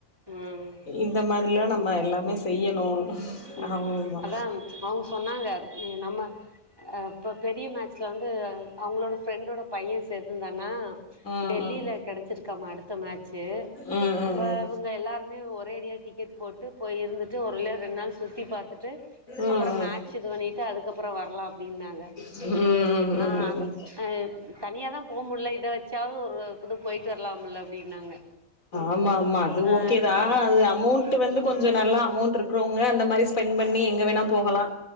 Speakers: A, on the right; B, on the left.
A: ம்
B: இந்த மாதிரி எல்லா நம்ம ம எல்லாமே செய்யணு
A: ம்
B: ஆமாமா
A: அதா அவங்க சொன்னாங்க நம்ம இப்ப பெரிய மே ச்ல வந்து அவங்களோட ஃப்ரெண்டோட பையன் சேத்திருந்தான்னா
B: ம்
A: டெல்லியில
B: ம்
A: கெடச்சிருக்காம அடுத்த மேட்சு
B: ம் ம் ம்
A: அப்போ இவுங்க எல்லாருமே ஒ ரேடியா டிக்கெட் போட்டு போய் இருந்து ட்டு ஒருல ரெண்டு நாள் சுத்தி பாத்துட்டு
B: ம்
A: அப்புறோ
B: ம்
A: மேட்ச் இது பண்ணிட்டு அதுக்கப்புறோ வர்லா அப்படின்னாங்க
B: ம் ம்
A: ஆஹ அந்த
B: ம்
A: தனியாதா போகமுள்ள இத வச்சாவது ஒரு இது போயிட்டு வரலாம்ல அப்டின்னாங்க
B: ஆமா அது
A: ஆ
B: ஓகே தான் அது அமௌண்ட் வந்து கொஞ்சம் நல்லா அமௌண்ட் இருக்கு இருக்றவங்க அந்த மாதிரி ஸ்பெண்ட் பண்ணி எங்க வேணா போகலாம்